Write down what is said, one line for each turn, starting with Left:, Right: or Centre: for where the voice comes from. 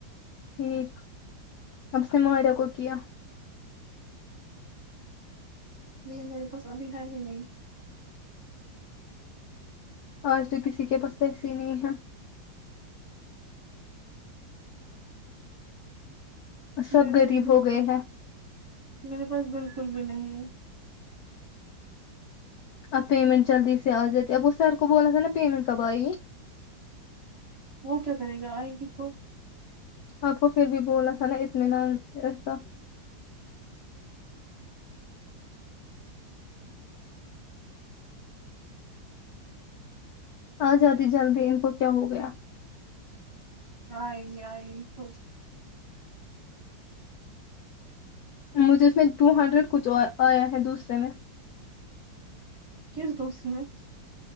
Left: ٹھیک اب اس نے مائرہ کو کیا
Right: نہیں میرے پاس ابھی ہے ہی نہیں
Left: آج تو کسی کے پاس پیسے ہی نہیں یہا سب
Right: میرے
Left: غریب
Right: پاس بول
Left: ہو گئے
Right: پ
Left: ہیں
Right: میرے پاس بالکل بھی نہیں ہے
Left: اب پیمنٹ جلدی سے آ جاتی ہے اب وہ سر کو بولنا تھا نا پیمنٹ کب آئی گی
Right: وہ کیا کرے گا آئے گی کو
Left: آپ کو پھر بھی بولنا تھا نا اطمینان سے ایسا آ جاتی جدی جلدی ان کو کیا ہو گیا
Right: ہائی ہائی یو
Left: مجھے اس میں ٹو ہنڈریڈ کچھ آیا ہے دوسرے میں
Right: کس دو سی میں